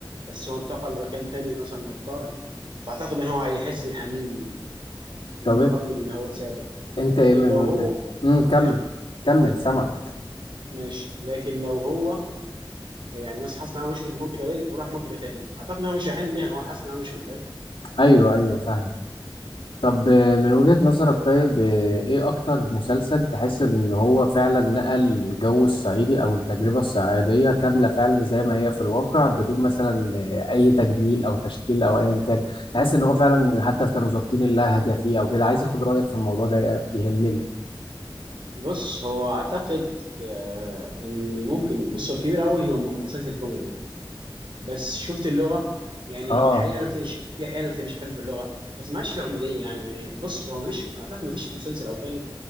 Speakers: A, on the right; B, on the left.
A: بس هو انتقل لمكان تاني مثلا مضطر فاعتقد ان هو هيحس بالحنين للمكان
B: طب انت
A: اللي هو سابه
B: انت
A: لكن
B: ايه من
A: لو
B: وجهة
A: هو
B: امم كمل
A: ايه
B: كمل سامع
A: ماشي لكن لو هو يعني مثلا حاسس معاه مشكله في المنطقه دي وراح منطقه تاني اعتقد هو مش هيحل ليها هو حاسس معاه مشكله فاهم
B: ايوه ايوه فاهم طب آه، من وجهة نظرك طيب آه، ايه اكتر مسلسل تحس ان هو فعلا نقل الجو الصعيدي او التجربة الصعيدية كاملة فعلا زي ما هي في الواقع بدون مثلا آه، اي تجميل او تشكيل او ايا كان تحس ان هو فعلا
A: مم.
B: حتى كانوا ظابطين اللهجة فيه او كده عايز اخد رأيك في الموضوع ده يهمني
A: بص هو اعتقد آه ان ممكن بص هو الكبير قوي هو م- مسلسل كوميدي بس شفت اللغه يعني
B: اه
A: احيانا في نش... في احيانا في نشفان في اللغه بس ما عادش في عموديه يعني بص هو مفيش اعتقد مفيش مسلسل او فيلم